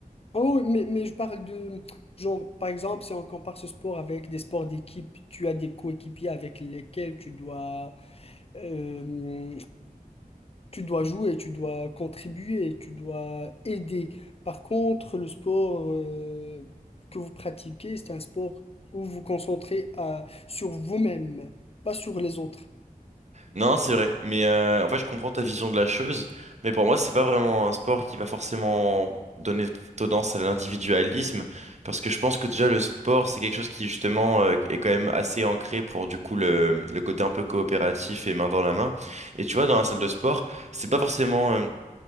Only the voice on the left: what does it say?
Oh, mais, mais je parle de, genre, par exemple, si on compare ce sport avec des sports d'équipe, tu as des coéquipiers avec lesquels tu dois, euh, tu dois jouer, tu dois contribuer, tu dois aider. Par contre, le sport, euh, que vous pratiquez, c'est un sport où vous vous concentrez à- sur vous-même, pas sur les autres.